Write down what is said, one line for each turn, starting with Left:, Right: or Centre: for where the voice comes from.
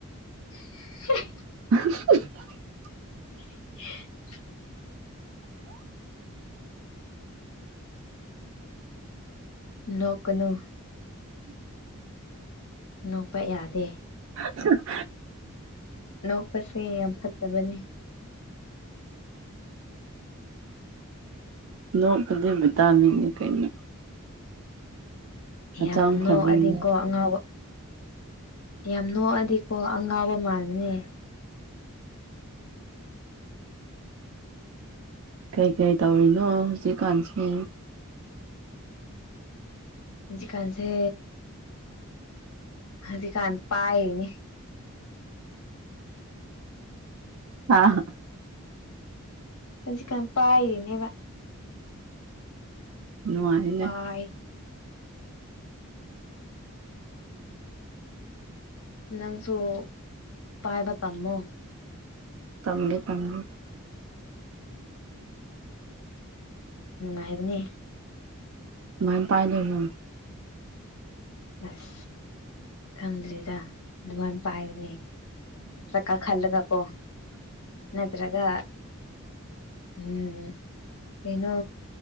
Left: <unintelligible>
Right: <unintelligible>
Left: <unintelligible> ꯅꯣꯛ ꯀꯅꯨ ꯅꯣꯛꯄ ꯌꯥꯗꯦ
Right: <inaudible>
Left: ꯅꯣꯛꯄꯁꯦ ꯌꯥꯝ ꯐꯠꯇꯕꯅꯤ
Right: ꯅꯣꯛꯄꯗꯤ ꯕꯤꯇꯥꯃꯤꯅꯅꯦ ꯀꯩꯅꯣ ꯍꯛꯆꯥꯡ
Left: ꯌꯥꯝ ꯅꯣꯛꯑꯗꯤꯀꯣ
Right: ꯐꯕꯒꯤ
Left: ꯑꯉꯥꯎꯕ ꯌꯥꯝ ꯅꯣꯛꯑꯗꯤꯀꯣ ꯑꯉꯥꯎꯕ ꯃꯥꯟꯕꯅꯦ
Right: ꯀꯩ ꯀꯩ ꯇꯧꯔꯤꯅꯣ ꯍꯧꯖꯤꯛꯀꯥꯟꯁꯦ
Left: ꯍꯧꯖꯤꯛꯀꯥꯟꯁꯦ ꯍꯧꯖꯤ ꯀꯥꯟ ꯄꯥꯏꯔꯤꯅꯤ
Right: ꯍꯥ
Left: ꯍꯧꯖꯤꯛ ꯀꯥꯟ ꯄꯥꯏꯔꯤꯅꯦꯕ
Right: ꯅꯨꯡꯉꯥꯏꯅꯦ
Left: ꯄꯥꯏ ꯅꯪꯁꯨ ꯄꯥꯏꯕ ꯇꯝꯃꯣ
Right: ꯇꯝꯒꯦ ꯇꯝꯒꯦ
Left: ꯅꯨꯡꯉꯥꯏꯕꯅꯦ
Right: ꯀꯃꯥꯥꯏ ꯄꯥꯏ ꯗꯣꯏꯅꯣ
Left: ꯑꯁ ꯈꯪꯗ꯭ꯔꯤꯗ ꯑꯗꯨꯃꯥꯏ ꯄꯥꯏꯕꯅꯦ ꯀꯥꯈꯜꯂꯒ ꯀꯣ ꯅꯠꯇ꯭ꯔꯒ ꯎꯝ ꯀꯩꯅꯣ